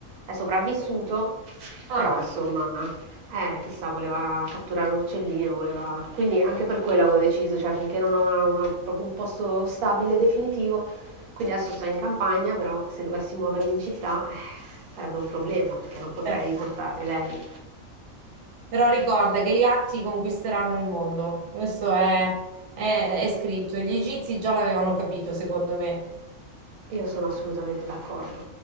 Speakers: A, on the right; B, on the right.
A: È sopravvissuto,
B: ah,
A: però insomma, eh, chissà, voleva catturare un uccellino, voleva... Quindi anche per quello avevo deciso, cioè finché non ho una- una- proprio un posto stabile e definitivo, quindi adesso sto in campagna, però se dovessi muovermi in città, eh, sarebbe un problema perché non potrei
B: certo.
A: portare lei.
B: Però ricorda che i gatti conquisteranno il mondo. Questo è, è- è scritto. Gli egizi già l'avevano capito, secondo me.
A: Io sono assolutamente d'accordo.